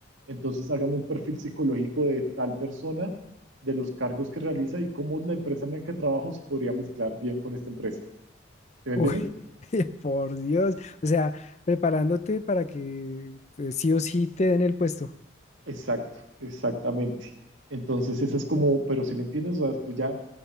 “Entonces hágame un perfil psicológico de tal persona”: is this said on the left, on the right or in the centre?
Right